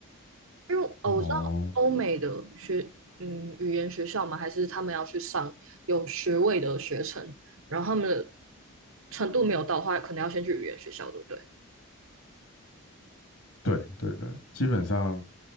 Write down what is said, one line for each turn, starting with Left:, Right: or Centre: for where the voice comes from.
Right: 因为哦，我知道欧美的学，
Left: 哦，
Right: 嗯，语言学校嘛，还是他们要去上有学位的学程，然后他们的程度没有到的话，可能要先去语言学校，对不对？
Left: 对对对，基本上，